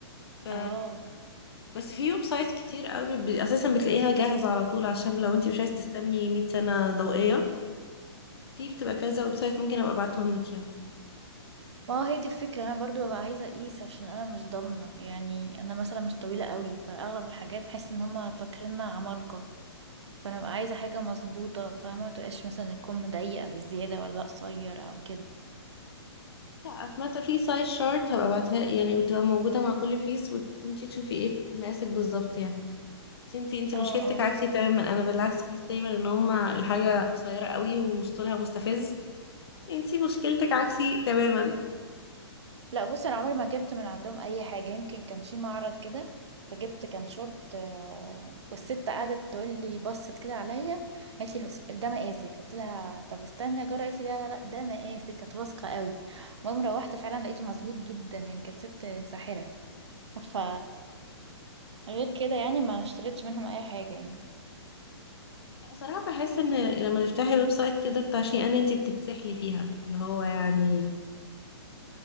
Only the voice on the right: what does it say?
اه
ما هو هي دي الفكرة انا برضو ببقى عايزة اقيس عشان انا مش ضامنة يعني انا مثلا مش طويلة قوي فاغلب الحاجات بحس ان هما فاكريننا عمالقة فانا ببقى عايزة حاجة مظبوطة فاهمة ما تبقاش مثلا الكم ضيق بالزيادة ولا قصير او كده
اه
اه
لا بص انا عمري ما جبت من عندهم اي حاجه يمكن كان في معرض كده فجبت كان شورت آه، والست قعدت تقول لي بصت كده عليا قالت لي "بس- ده مقاسك قلت لها طب استني اجرب قالت لي لا لا لا ده مقاسك كانت واثقه قوي المهم روحت فعلا لقيته مظبوط جدا يعني كانت ست ساحره ف غير كده يعني ما اشتريتش منهم اي حاجه يعني